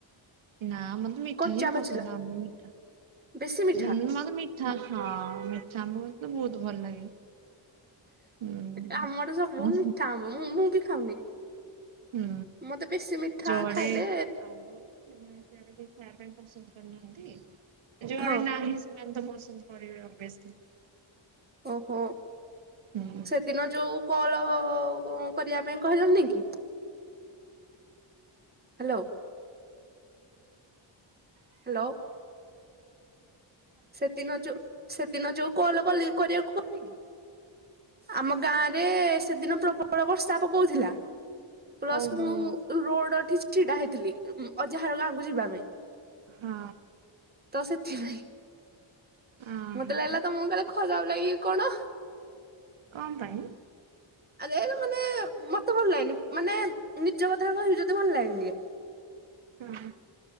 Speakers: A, on the right; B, on the right.
A: ନା ମତେ ମିଠା
B: କଞ୍ଚା
A: ହିଁ
B: ପାଚିଲା
A: ପସନ୍ଦ, ଆମ୍ବ ମିଠା,
B: ବେଶୀ ମିଠା
A: ଉଁ ମତେ ମିଠା ମିଠା ହଁ, ମିଠା ଆମ୍ବ ମତେ ବହୁତ ଭଲ ଲାଗେ। ହୁଁ
B: ଆମର ସବୁ ମିଠା ଆମ୍ବ ମୁ ମୁଁ ବି ଖାଉନି।
A: ହୁଁ
B: ମତେ ବେଶୀ ମିଠା
A: ଜଡେ
B: ଖାଇଲେ
A: ଆମ୍ବ। ସେମାନେ ସେଆଡେ କିଏ ଖାଇବା ପାଇଁ ପସନ୍ଦ କରିନାହାନ୍ତି। ଯୋଉମାନେ
B: ହଁ
A: ନନ ସେମାନେ ତ ପସନ୍ଦ କରିବେ ଅବଭିଅସ୍ଲି।
B: ଓହୋ
A: ହ୍ୟାଲୋ
B: ସେଦିନ ଯୋଉ କଲ କରିବା ପାଇଁ କହିନଥିଲି କି? ହ୍ୟାଲୋ। ହ୍ୟାଲୋ। ସେ ଦିନ ଯୋଉ ସେଦିନ ଯୋଉ କଲ କାଲି କରିବାକୁ କହିନି କି? ଆମ ଗାଁ ରେ ସେଦିନ ପ୍ରବଳ ବର୍ଷା ପକଉଥିଲା। ପ୍ଲସ
A: ଓହୋ
B: ମୁଁ ରୋଡ ଠି ଛିଡା ହେଇଥିଲି ଅଜା ହର ଗାଁକୁ ଯିବା ପାଇଁ।
A: ହଁ।
B: ତ ସେଥି ପାଇଁ
A: ଅହୋ
B: ମତେ ଲାଗିଲା ତମକୁ କାଳେ ଖରାପ ଲାଗିବକି କଣ?
A: କଣ ପାଇଁ?
B: ଆରେ ଏ ମାନେ ମତେ ଭଲ ଲାଗେନି ମାନେ ନିଜ କଥା କହିବୁ ଯଦି ଭଲ ଲାଗେନି।
A: ହୁଁ ହୁଁ।